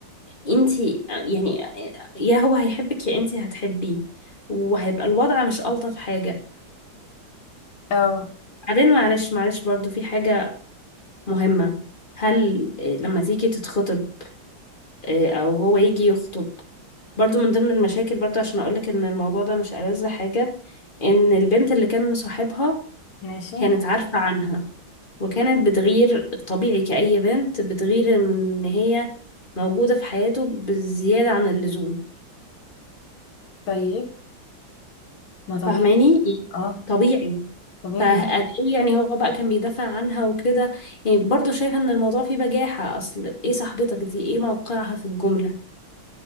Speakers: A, on the left; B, on the left.
A: انتي يعني يا هو هيحبك يا انتي هتحبيه وهيبقى الوضع مش الطف حاجه
B: اه
A: بعدين معلش معلش برضو في حاجه مهمه هل إيه، لما تيجي تتخطب إيه، او هو يجي يخطب برضو من ضمن المشاكل برضو عشان اقولك ان الموضوع ده مش ألذ حاجه ان البنت اللي كان مصاحبها
B: ماشي
A: كانت عارفة عنها وكانت بتغير طبيعي كأي بنت بتغير من إن هي موجودة في حياته بالزيادة عن اللزوم
B: طيب ما طبيعي
A: فاهماني
B: اه
A: طبيعي
B: طبيعي
A: فقد
B: جدا
A: ايه يعني هو بقى كان بيدافع عنها وكده يعني برضه شايفة ان الموضوع فيه بجاحة اصل ايه صاحبتك دي ايه موقعها في الجملة